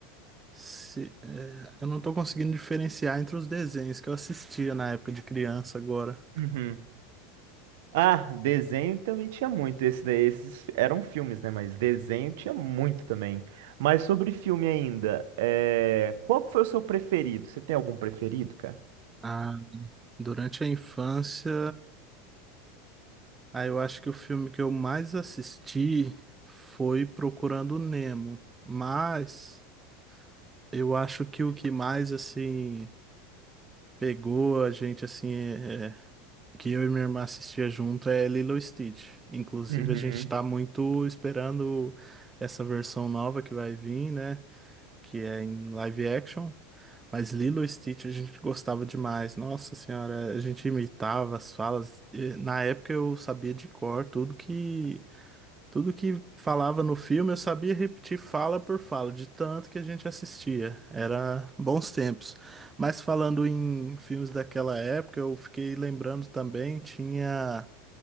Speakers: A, on the right (about 20°); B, on the right (about 70°).
A: Se, é, eu não tô conseguindo diferenciar entre os desenhos que eu assistia na época de criança agora.
B: Uhum. Ah, desenho também tinha muito. Esse daí, esses eram filmes, né? Mas desenho tinha muito também. Mas sobre filme ainda, é... qual que foi o seu preferido? Você tem algum preferido, cara?
A: Ah, Durante a infância, aí eu acho que o filme que eu mais assisti foi Procurando Nemo, mas eu acho que o que mais assim pegou a gente assim é- é, que eu e minha irmã assistia junto é Lilo e Stitch. Inclusive
B: Uhum.
A: a gente tá muito esperando essa versão nova que vai vir, né, que é em live action. Mas Lilo e Stitch a gente gostava demais. Nossa senhora, a gente imitava as falas. E, Na época eu sabia de cor tudo que tudo que falava no filme, eu sabia repetir fala por fala, de tanto que a gente assistia. Era bons tempos. Mas falando em filmes daquela época, eu fiquei lembrando também, tinha